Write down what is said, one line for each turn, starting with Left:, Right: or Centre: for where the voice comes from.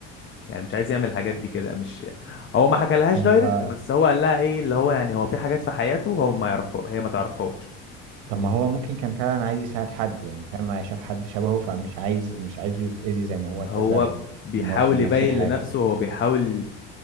Left: يعني مش عايز يعمل الحاجات دي كده مش هو ما حكالهاش
Right: طب
Left: دايركت بس هو قال لها ايه اللي هو يعني هو في حاجات في حياته هو ما يعرفها هي ما تعرفهاش
Right: طب ما هو ممكن كان فعلا عايز يساعد حد يعني فاهم شاف حد شبهه فمش عايز مش عايزه يتأذي زي ما هو اتأذى
Left: هو
Right: او
Left: بيحاول
Right: يمر بنفس
Left: يبين
Right: الحاجة
Left: لنفسه هو بيحاول